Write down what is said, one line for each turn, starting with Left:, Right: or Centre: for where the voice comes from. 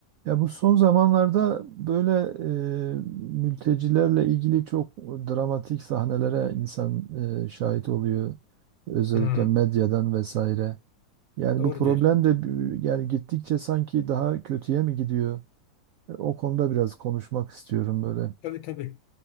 Right: Ya bu son zamanlarda böyle e, mültecilerle ilgili çok dramatik sahnelere insan e, şahit oluyor. Özellikle
Left: Hmm,
Right: medyadan vesaire. Yani
Left: doğru
Right: bu problem
Left: diyorsun.
Right: de bir- yani gittikçe sanki daha kötüye mi gidiyor? E, O konuda biraz konuşmak istiyorum böyle.
Left: Tabii tabii.